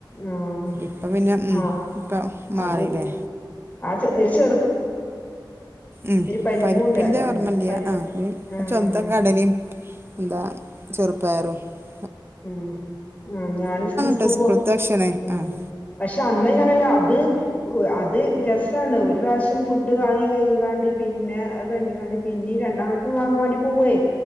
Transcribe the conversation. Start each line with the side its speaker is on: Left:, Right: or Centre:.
Left: ആഹ്
Right: ഇപ്പം പിന്നെ ഉം
Left: ആഹ്
Right: <unintelligible> മാറില്ലേ
Left: അത് ആത് എരിച്ച് -
Right: ഉം
Left: പരിപ്പും
Right: പരിപ്പിന്റെ
Left: ഉണ്ടായിരുന്നു
Right: ഓർമില്ല്യ
Left: പരിപ്പ്
Right: ആഹ്
Left: ആഹ്
Right: ചൊന്ത കടലയും എന്താ <unintelligible> ചെറു പയറും <unintelligible>
Left: ഉം ആ ഞാനും സ്കൂ സ്കൂൾ
Right: ട്ടോ സ്കൂൾത്തെ
Left: പോ
Right: ഭക്ഷണേ
Left: ഉം
Right: ആഹ്
Left: പക്ഷെ അന്നേ ഞാനല്ല അത്- ഓ അത് രസ്സാണ് ഒരു പ്രാവശ്യം ഫുഡ് വാങ്ങി കഴിങ്ങാണ്ട് പിന്നെ അത് കഴിഞ്ഞിങ്ങാണ്ട് പിന്നീരൺ എന്നിട്ടും വാങ്ങാൻ വേണ്ടി പൊവ്വേ